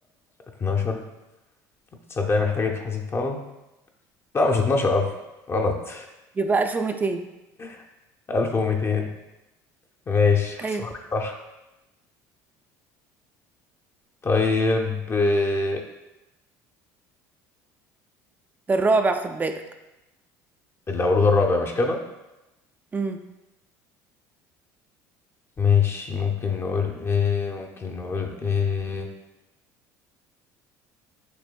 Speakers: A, on the left; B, on the right.
A: 12 تصدقني محتاجة تتحسب فعلا لا مش 12000 غلط
B: يبقى 1200
A: <laughs> 1200 ماشي حسبك
B: ايوه
A: صح طيب آه،
B: ده الرابع خد بالك
A: الهولوج الرابع مش كده
B: امم
A: ماشي ممكن نقول ايه ممكن نقول ايه